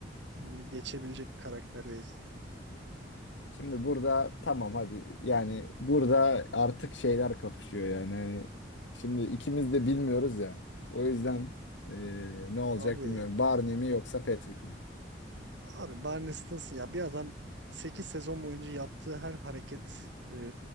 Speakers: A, on the right (about 75°); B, on the left (about 80°).
A: Bunu Geçebilecek bir karakter değil. Evet.
B: Şimdi burada tamam hadi yani burada artık şeyler kapışıyor yani. Hani şimdi ikimiz de bilmiyoruz ya. O yüzden e, ne olacak
A: Abi
B: bilmiyorum. Barney mi yoksa Patrick mi?
A: Abi Barney Stinson ya bir adam 8 sezon boyunca yaptığı her hareket e,